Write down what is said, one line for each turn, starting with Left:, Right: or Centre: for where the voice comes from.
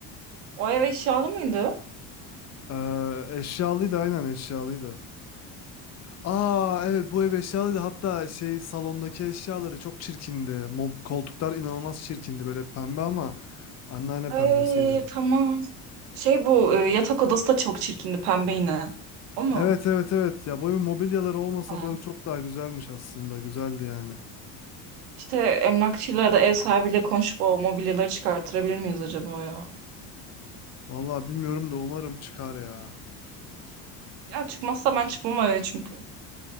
Right: O ev eşyalı mıydı?
Left: Ee, eşyalıydı aynen eşyalıydı. Aa evet bu ev eşyalıydı. Hatta şey salondaki eşyaları çok çirkindi. Mob, koltuklar inanılmaz çirkindi böyle pembe ama anneanne
Right: Ay
Left: pembesiydi.
Right: tamam. Şey bu e, yatak odası da çok çirkindi pembe yine. O mu?
Left: Evet evet evet ya bu evin mobilyaları olmasa
Right: Tamam.
Left: bu ev çok daha güzelmiş aslında. Güzeldi yani.
Right: İşte emlakçıyla ya da ev sahibiyle konuşup o mobilyaları çıkarttırabilir miyiz acaba ya?
Left: Vallahi bilmiyorum da umarım çıkar ya.
Right: Ya çıkmazsa ben çıkmam o eve çünkü.